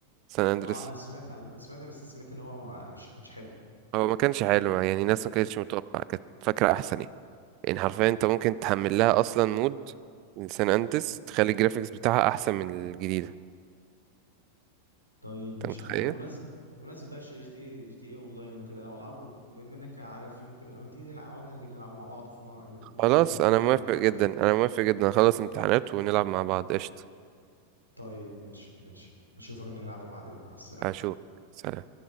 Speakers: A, on the right (about 40°); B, on the left (about 90°).
A: سان أندريس
B: اه انا سمعتها انا سمعتها بس سمعت ان هو ما- مش كانش حلو
A: هو ما كانش حلو يعني الناس ما كانتش متوقعة كانت فاكرة أحسن يعني. يعني حرفيا انت ممكن تحمل لها اصلا مود لسان اندريس تخلي الجرافيكس بتاعها احسن من الجديده
B: طيب
A: انت
B: ماشي
A: متخيل
B: يا عم طب بمناسبة بمناسبة بقى جي دي اي جي دي اي اونلاين وكده انا والله ب- بما انك عارف ممكن اما تيجي نلعب نقعد نيجي نلعب مع بعض في مرة في
A: خلاص
B: مرة ولا بالليل
A: انا موافق
B: ولا حاجة
A: جدا انا موافق جدا خلص امتحانات ونلعب مع بعض قشطه
B: طيب ماشي ماشي اشوفك نلعب بعدين مع السلامة
A: اشوف سلام